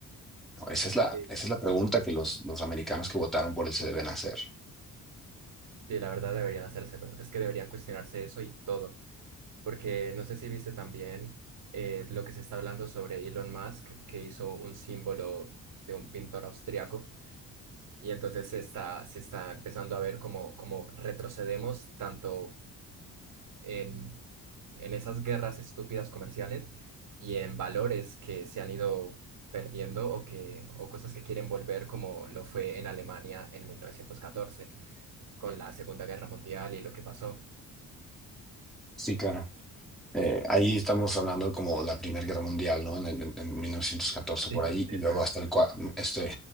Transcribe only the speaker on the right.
Sí,
Sí, la verdad deberían hacérselo. Es que deberían cuestionarse eso y todo. Porque no sé si viste también eh, lo que se está hablando sobre Elon Musk, que hizo un símbolo de un pintor austriaco Y entonces se está, se está empezando a ver cómo, cómo retrocedemos tanto en, en esas guerras estúpidas comerciales y en valores que se han ido perdiendo o, que, o cosas que quieren volver como lo fue en Alemania en 1914 con la Segunda Guerra Mundial y lo que pasó.
Sí,
eso
es.